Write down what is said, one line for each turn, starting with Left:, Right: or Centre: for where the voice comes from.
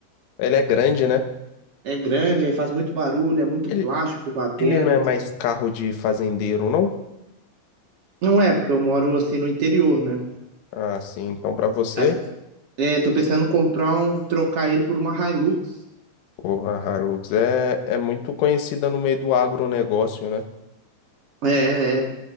Left: Ele é grande, né?
Right: É grande, aí faz muito barulho, é muito
Left: Ele,
Right: plástico batendo.
Left: ele não é mais carro de fazendeiro, não?
Right: Não é, porque eu moro assim no interior, né?
Left: Ah, sim. Então, para você,
Right: Aí, é, tô pensando em comprar um, trocar ele por uma Hilux.
Left: pô, a Hilux é, é muito conhecida no meio do agronegócio, né?
Right: É, é. é.